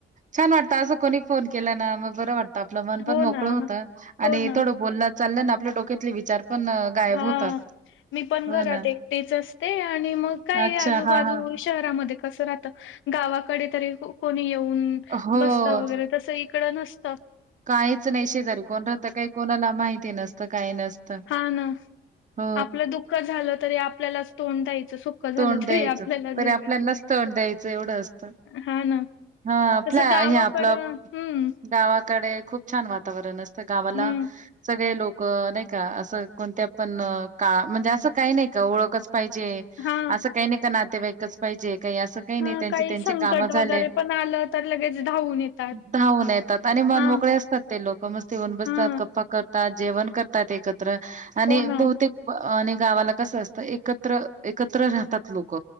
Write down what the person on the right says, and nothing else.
छान वाटत अस को फोन न केला ना मग बर वाटत आपलं म पण
मोकळं
होत
आणि
थोडं ब चाललं आपल्या डोक्यातले विचार पण गायब
होतात.
हो
ना.
अच्छा.
हां, हां.
हो.
काहीच नाही शेजारी कोण राहत काही कोणाला माहिती नसतं काही नसतं.
हो.
तोंड द्यायचं
तरी
आपल्यानाच
तोंड द्यायचं एवढं असत.
हा आपल्या
हे आपलं
गावा गावाकडे खूप छान वातावरण असतं, गावाला
सगळे लोक नाही का असं कोणत पण का म्हणजे असं काही नाही का ओळखच पाहिजे,
असं काही नाही का नातेवाईकच पाहिजे. का अस काही नाही
त्यां त्यां
काम झाले
धवून येतात, आणि मन
मोकळे असतात, ते लोक मस्ती होऊन बसत
गप्पा कर जेवण करतात एकत्र आणि
बहुतेक आणि गावाला कसं असतं एकत्र एकत्र राहतात लोक